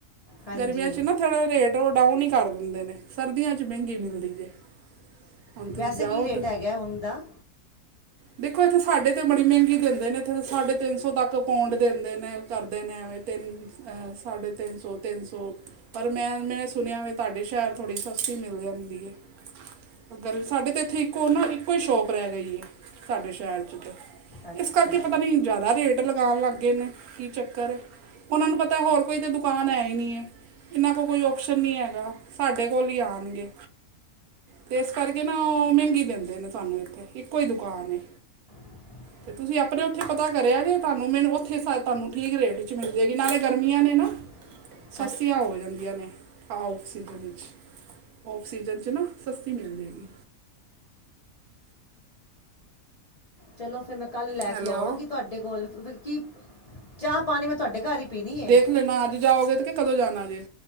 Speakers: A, on the left; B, on the right.
A: ਹਾਂਜੀ
B: ਗਰਮੀਆਂ'ਚ ਨਾ ਉੱਥੇ ਰੇਟ ਉਹ ਡਾਊਨ ਹੀ ਕਰ ਦਿੰਦੇ ਨੇ, ਸਰਦੀਆਂ'ਚ ਮਹਿੰਗੀ ਮਿਲਦੀ ਜੇ। ਹੁਣ ਤੁਸੀਂ
A: ਵੈਸੇ,
B: ਜਾਓ
A: ਕੀ ਰੇਟ
B: ਤਾਂ
A: ਹੈਗਾ ਉਂਨ ਦਾ?
B: ਦੇਖੋ, ਇੱਥੇ ਸਾਡੇ ਤਾਂ ਬੜੀ ਮਹਿੰਗੀ ਦਿੰਦੇ ਨੇ, ਇੱਥੇ ਤਾਂ ਸਾਢੇ-ਤਿੰਨ ਸੌ ਤੱਕ ਪੋਂਡ ਦਿੰਦੇ ਨੇ, ਕਰਦੇ ਨੇ ਐਵੇਂ ਤਿੰਨ ਅ--ਸਾਢੇ ਤਿੰਨ ਸੌ, ਤਿੰਨ ਸੋ। ਪਰ ਮੈਂ, ਮੇਂਨੇ ਸੁਣਿਆ ਵੇ, ਤੁਹਾਡੇ ਸ਼ਹਿਰ ਥੋੜ੍ਹੀ ਸਸਤੀ ਮਿਲ ਜਾਂਦੀ ਏ। ਅਗਰ ਸਾਡੇ ਤੇ ਇੱਥੇ, ਇੱਕੋ ਨਾ ਇੱਕੋ ਹੀ ਸ਼ੋਪ ਰਹਿ ਗਈ ਏ। ਸਾਡੇ ਸ਼ਹਿਰ'ਚ ਤੇ,
A: ਅੱਛਾ
B: ਇਸ ਕਰਕੇ ਪਤਾ ਨੀ, ਜ਼ਿਆਦਾ ਰੇਟ ਲਗਾਣ ਲੱਗ ਲੱਗੇ ਨੇ, ਕੀ ਚੱਕਰ ਏ, ਉਹਨਾ ਨੂੰ ਪਤਾ ਹੋਰ ਕੋਈ ਤਾਂ ਦੁਕਾਨ ਹੈ ਹੀ ਨਹੀ ਏ। ਇਹਨਾਂ ਕੋਲ ਕੋਈ ਓਪਸ਼ਨ ਨਹੀਂ ਹੈਗਾ, ਸਾਡੇ ਕੋਲ ਹੀ ਆਣਗੇ। ਤੇ ਇਸ ਕਰਕੇ ਨਾ ਉਹ, ਮਹਿੰਗੀ ਦਿੰਦੇ ਨੇ ਸਾਨੂੰ ਇੱਥੇ, ਇੱਕੋ ਹੀ ਦੁਕਾਨ ਏ।
A: ਹ <inaudible>
B: ਫਿਰ ਤੁਸੀਂ ਆਪਣੇ ਉੱਥੇ ਪਤਾ ਕਰਿਆ ਜੇ, ਤੁਹਾਨੂੰ ਮੈਨੂੰ ਉੱਥੇ ਸ ਤੁਹਾਨੂੰ ਠੀਕ ਰੇਟ 'ਚ ਮਿਲ ਜੇਗੀ, ਨਾਲੇ ਗਰਮੀਆਂ ਨੇ ਨਾ।
A: <inaudible>
B: ਸਸਤੀਆ ਹੋ ਜਾਂਦੀਆਂ ਨੇ। ਹਾ, ਔਫ ਸੀਜਨ ਵਿੱਚ, ਔਫ ਸੀਜਨ'ਚ ਨਾ ਸਸਤੀ ਮਿਲ ਜੇਗੀ।
A: ਚਲੋ ਫੇਰ ਮੈਂ ਕੱਲ ਲੈਕੇ
B: ਹੈਲੋ
A: ਆਵਾਂਗੀ ਤੁਹਾਡੇ ਕੋਲ, ਕੀ ਚਾਹ-ਪਾਣੀ ਮੈਂ ਤੁਹਾਡੇ ਘਰ ਹੀ ਪੀਣੀ ਏ।
B: ਦੇ ਨਾਦ'ਚ ਜਾਓਗੇ ਤੇ ਕਿ, ਕਦੋਂ ਜਾਣਾ ਜੇ?